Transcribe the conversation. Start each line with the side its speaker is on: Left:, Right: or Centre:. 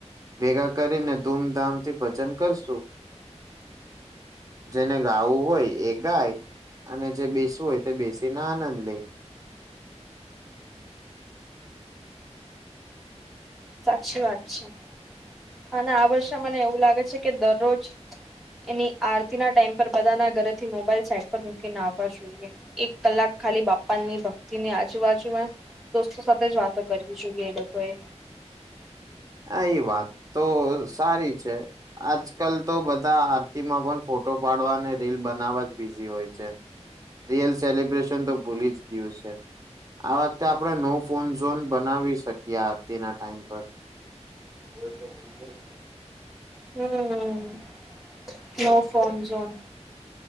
Right: ભેગા કરીને ધૂમધામ થી ભજન કરશું. જેને ગાવું હોય એ ગાય અને જે બેસવું હોય તે બેસીને આનંદ લે.
Centre: સાચી વાત છે અને આ વર્ષે મને એવું લાગે છે કે દરરોજ એની આરતી ના ટાઈમ પર બધા ના ઘરેથી મોબાઈલ સાઇટ પર મૂકીને આવા જોય જોઈએ. એક કલાક ખાલી બાપા ની ભક્તિની આજુબાજુમાં દોસ્તો સાથે જ વાતો કરવી જોઈએ એ લોકોએ.
Right: હા એ વાત તો સારી છે. આજકાલ તો બધા આરતીમાં પણ ફોટો પાડવા અને રીલ બનાવવા જ બીઝી હોય છે. રિયલ સેલિબ્રેશન તો ભૂલી જ ગીયું છે. આ વખતે આપણે નો ફોન ઝોન બનાવી શકીએ આરતીના ટાઈમ પર.
Centre: હોય તો બનશે જ ને હમમ. નો ફોનઝોન.